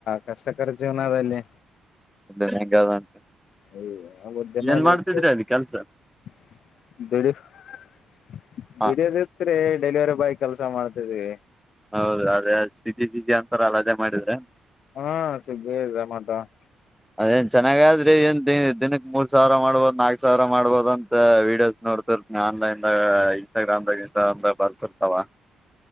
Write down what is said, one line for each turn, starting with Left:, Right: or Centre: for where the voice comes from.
Left: ಕಷ್ಟಕರ ಜೀವನ ಅಲ್ಲಿ.
Centre: <unintelligible>
Left: <unintelligible>
Centre: ಏನ್ ಮಾಡ್ತಿದ್ರಿ ಅದ್ ಕೆಲ್ಸ ಹ
Left: ಬಿಡಿಯೋದಿತ್ ಡೆಲಿವರಿ ಬಾಯ್ ಕೆಲ್ಸ ಮಾಡ್ತಿದ್ವಿ.
Centre: ಹೌದ ಅದೇ ಸ್ಥತಿ ದತಿ ಅಂತಾರ ಅಲ್ಲದೇ ಮಾಡಿದ್ರೆ.
Left: <unintelligible>
Centre: ಅದೇನ್ ಚೆನ್ನಾಗ ಆದ್ರಿ ಏನ್ ದಿನಕ್ ಮೂರ್ ಸಾವಿರ ಮಾಡ್ಬೋದು ನಾಲ್ಕ್ ಸಾವಿರ ಮಾಡ್ಬೋದ ಅಂತ. ವೀಡಿಯೋಸ್ ನೋಡ್ತಿರ್ತನ ಆನ್ಲೈನ್ದಾಗ ಇನ್ಸ್ಟಾಗ್ರಾಮ್ ದಾಗ ಬರ್ತಿರ್ತಾವ.